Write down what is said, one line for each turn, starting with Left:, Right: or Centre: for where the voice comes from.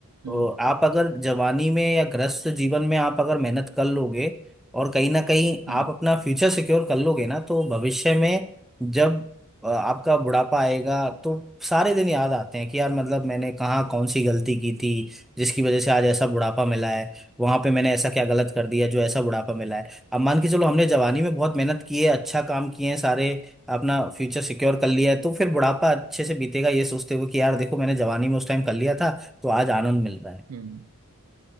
Right: हम्म
Centre: अ, आप अगर जवानी में या ग्रस्त जीवन में आप अगर मेहनत कर लोगे और कहीं ना कहीं आप
Right: हम्म
Centre: अपना फ्यूचर सिक्योर कर लोगे ना तो भविष्य में जब अ, आपका बुढ़ापा आएगा तो सारे दिन याद आते हैं कि यार मतलब मैंने कहाँ कौन सी गलती की थी जिसकी वजह से आज ऐसा बुढ़ापा मिला है वहां पे मैंने ऐसा क्या गलत कर दिया जो ऐसा बुढ़ापा मिला है अब मान के चलो हमने जवानी में बहुत मेहनत की है अच्छा काम किए हैं सारे अपना फ्यूचर सिक्योर कर लिया है तो फिर बुढ़ापा अच्छे से बीतेगा ये सोचते हुए कि यार देखो मैंने जवानी में उस टाइम कर लिया था तो आज आनंद मिल रहा है
Right: हम्म